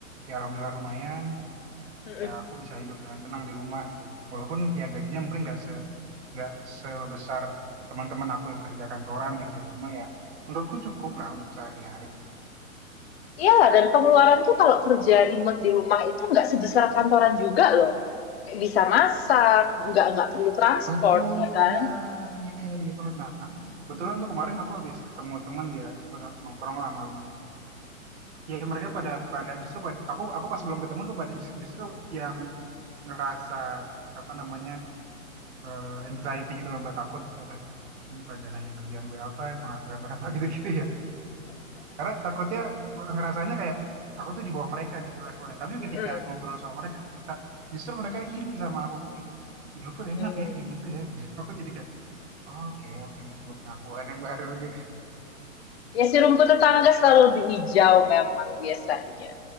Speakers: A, on the right (about 50°); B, on the left (about 45°).
A: ya alhamdulillah lumayan
B: Mm-mm.
A: ya aku bisa hidup dengan tenang di rumah gitu walaupun ya gajinya mungkin nggak se nggak sebesar teman-teman aku yang kerja kantoran gitu ya cuma ya menurutku cukup lah untuk sehari-hari
B: Iyalah dan pengeluaran tuh kalau kerja remote di rumah itu nggak sebesar kantoran juga loh. Kayak bisa masak, nggak nggak perlu transport,
A: betul
B: ya kan?
A: iya iya iya banget nah betulan tuh kemarin aku habis ketemu temen dia apa, nongkrong lah malam ya mereka pada pada justru pada aku aku pas belum ketemu tuh pada jus- justru yang ngerasa apa namanya eh, anxiety gitu loh mbak takut eh, ini pada nanya kerjaan gue apa penghasilan berapa <laughs> gitu-gitu ya Karena takutnya ngerasanya kayak aku tuh di bawah mereka gitu levelnya. Tapi
B: Mm-mm.
A: ketika ngobrol sama mereka cerita, justru mereka iri sama aku kayak, ih, hidup lu enak
B: Hmm.
A: ya kayak gitu ya. <laughs> Aku jadi kayak, oke oke ini sebuah pengakuan yang baru <laughs> gitu.
B: Ya si rumput tetangga selalu lebih hijau memang biasanya.